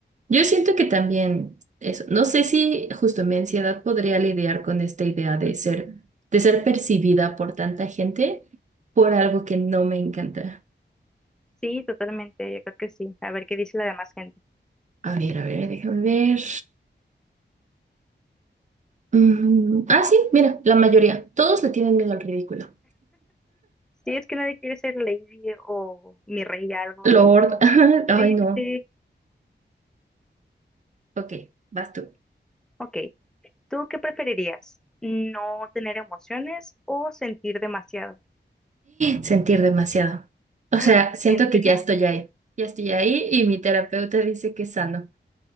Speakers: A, on the right; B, in the centre.
A: Yo siento que también eso. No sé si justo mi ansiedad podría lidiar con esta idea de
B: Ujú.
A: ser, de ser percibida por tanta gente por algo que no me encanta.
B: Sí, totalmente, yo creo que sí, a ver qué dice la demás gente.
A: A ver, a ver, déjame ver. Mm, ah, sí, mira, la mayoría. Todos le tienen miedo al ridículo.
B: Sí, es que nadie quiere ser lady o mi rey algo,
A: Lord.
B: no.
A: <laughs> Ay,
B: Sí,
A: no.
B: sí, sí.
A: Ok, vas tú.
B: Ok. ¿Tú qué preferirías? ¿No tener emociones o sentir demasiado?
A: Sentir demasiado.
B: <gasps>
A: O sea,
B: ¡Ah!
A: siento
B: ¿En
A: que
B: serio?
A: ya estoy ahí. Ya estoy ahí y mi terapeuta dice que es sano.